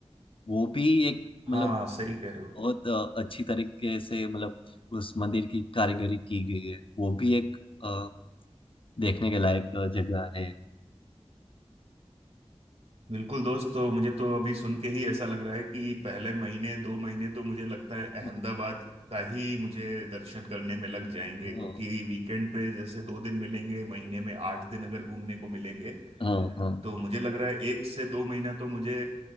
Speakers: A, on the left (about 50°); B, on the right (about 70°).
A: वो भी एक
B: हाँ
A: मतलब
B: सही कह रहे हो
A: बहुत अ, अच्छी तरीके से मतलब उस मंदिर की कारीगरी की गई है वो भी एक अ, देखने के लायक अ, जगह है
B: बिल्कुल दोस्त तो मुझे तो अभी सुन के ही ऐसा लग रहा है कि पहले महीने दो महीने तो मुझे लगता है
A: <laughs>
B: अहमदाबाद का ही मुझे दर्शन करने में लग जाएंगे
A: हाँ
B: क्योंकि वीकेंड पे जैसे दो दिन मिलेंगे महीने में आठ दिन अगर घूमने को मिलेंगे
A: हाँ हाँ
B: तो मुझे लग रहा है एक से दो महीना तो मुझे